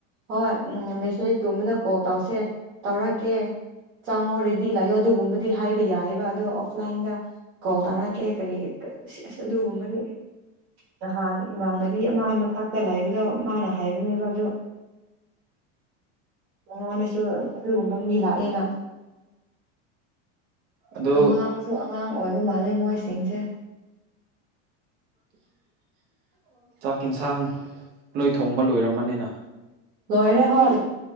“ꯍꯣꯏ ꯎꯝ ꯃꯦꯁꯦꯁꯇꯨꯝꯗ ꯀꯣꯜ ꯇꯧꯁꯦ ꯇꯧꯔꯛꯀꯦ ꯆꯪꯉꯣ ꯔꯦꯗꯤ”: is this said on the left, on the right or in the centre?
Right